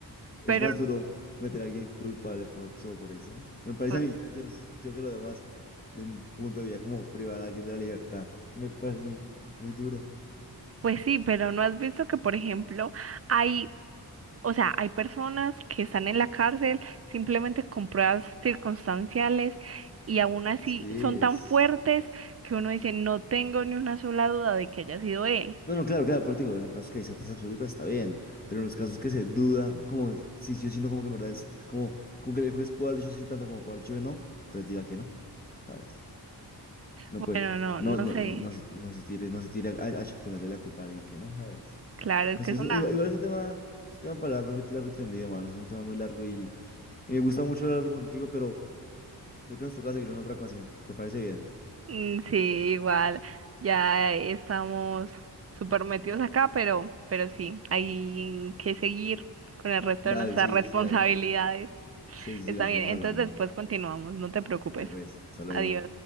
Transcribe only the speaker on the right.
Pero,
pu-
pues sí, pero ¿no has visto que, por ejemplo, hay O sea, hay personas que están en la cárcel simplemente con pruebas circunstanciales y aún así
son
tan fuertes que uno dice, no tengo ni una sola duda de que haya sido él.
Bueno,
no,
no
sé.
Claro, es
que
es
una...
Mm, Sí, igual, ya estamos súper metidos acá, pero, pero sí, hay que seguir con el resto
de nuestras
<laughs> responsabilidades.
Está
bien,
entonces
después continuamos, no te preocupes.
Adiós.